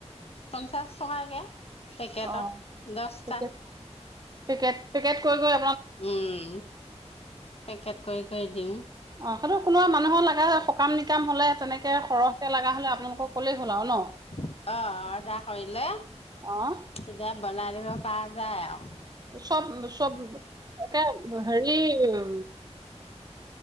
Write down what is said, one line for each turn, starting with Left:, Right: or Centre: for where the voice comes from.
Left: পঞ্চাশ টকাকে পেকেটত
Right: অ'
Left: দশটাত
Right: পেকেট পেকেট পেকেট কৈ গৈ
Left: উম পেকেট কৰি কৰি দিওঁ
Right: অ' কোনোবা মানুহৰ লাগে সকাম নিকাম হ'লে তেনেকে সৰহকে লগা হলে আপোনালোকক ক'লেই হ'ল আৰু নহ
Left: অ', অৰ্ডাৰ কৰিলে
Right: অহ
Left: তেতিয়া বনাই দিব পৰা যায় আৰু
Right: চব চব তেহ হেৰি কিহ